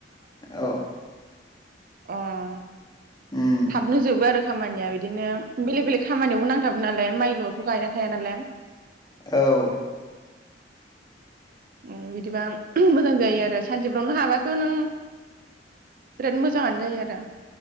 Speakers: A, on the left; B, on the right.
A: औ
B: उम
A: उम
B: थाबनो जोबो आरो। खामानिया बिदिनो बेलेग बेलेग खामानियावबो नांथाबो नालाय माइल'थ' गायना थाया नालाय।
A: औ
B: उम बिदिबा मोजां जायो आरो सानसेफ्रावनो हाबाथ' नों बिराद मोजाङानो जायो आरो।